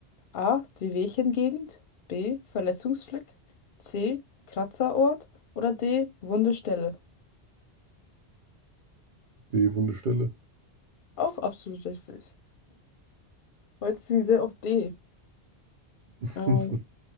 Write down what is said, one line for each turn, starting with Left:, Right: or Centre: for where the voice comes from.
Left: A. Wehwehchengegend. B. Verletzungsfleck. C. Kratzerort. Oder D. Wunde Stelle.
Right: D, wunde Stelle.
Left: Auch absolut richtig. Heute sind wir sehr auf D.
Right: <laughs>
Left: Ähm,
Right: Das